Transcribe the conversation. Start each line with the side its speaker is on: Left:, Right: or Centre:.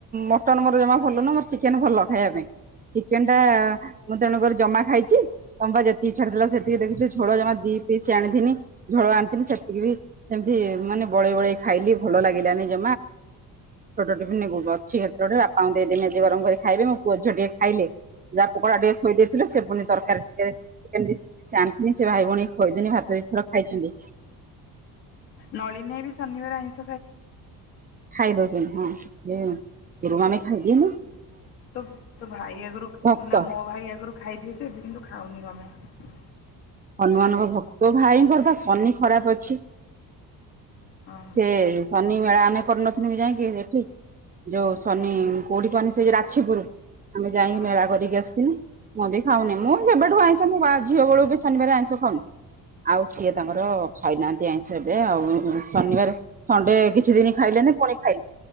Right: ମଟନ ମୋର ଜମା ଭଲ ନୁହଁ ମୋର ଚିକେନ ଭଲ ଖାଇବା ପାଇଁ। ଚିକେନ ଟା ମୁଁ ତେଣୁକରି ଜମା ଖାଇଛି ତମପା ଯେତିକି ଇଚ୍ଛା ଥିଲା ସେତିକି ଦେଖୁଛ ଛୋଳ ଜମା ପି ଆଣିଥିନି ଝୋଳ ଆଣିଥିନି ସେତିକି ବି ସେମିତି ମାନେ ବଳେଇ ବଳେଇ ଖାଇଲି ଭଲ ଲାଗିଲାନି ଆଜି ଛୋଟ ଟିଫିନ ଅଛି କେତେ ଗୋଟେ ବାପାଙ୍କୁ ଦେଇଦେମି ଆଜି ଗରମ କରି ଖାଇବେ ମୋ ପୁଅ ଝିଅ ଟିକେ ଖାଇଲେ। ଯାହା ପକୋଡା ଟିକେ ଖୋଇ ଦେଇଥିଲେ ସେ ପୁଣି ତରକାରୀ ଟିକେ ଚିକେନ ଦେଇ ସେ ଆଣିିନି ସେ ଭାଇ ଭଉଣୀ ଖୋଇଦେନି ଭାତ। ଥର ଖାଇଛନ୍ତି।
Left: ନଳିନିଆ ବି ଶନିବାର ଆଇସ
Right: ଖାଇଦଉଛନ୍ତି ହଁରୁ ଆମେ ଖାଇଦିନୁ
Left: ତୁ ତୁ ଭାଇ ଆଗରୁ
Right: ଭକ୍ତ
Left: ନା ମୋ ଭାଇ ଆଗରୁ ଖାଇଦିଏ ସେ ଏବେ କିନ୍ତୁ ଖାଉ ନି କଣ ପାଇଁ?
Right: ହନୁମାନଙ୍କ ଭକ୍ତ ଭାଇଙ୍କର ପା ଶନି ଖରାପ ଅଛି।
Left: ଓହୋ
Right: ସେ ଶନି ମେଳା ମନେ କରିନଥିଲୁ ଯାଇକି ସେଠି ଯୋଉ ଶନି କୋଉଠି କହନି ସେ ଯୋଉ ରାଛିପୁର। ଆମେ ଯାଇକି
Left: ଓହୋ।
Right: ମେଳା କରିକି ଆସିଥିଲୁ ମୁଁ ବି ଖାଉନି ମୁଁ କେବେଠୁ ଆଇଁଷ ବା ଝିଅ ବେଳକୁ ବି ଶନିବାର ଆଇଁଷ ଖାଉନୁ? ଆଉ ସିଏ ତାଙ୍କର ଖାଇନାହାନ୍ତି ଆଇଁଷ ଏବେ ଆଉ ଶନିବାର ସଣ୍ଡେ କିଛି ଦିନ ଖାଇଲେ। ପୁଣି ଖାଇଲି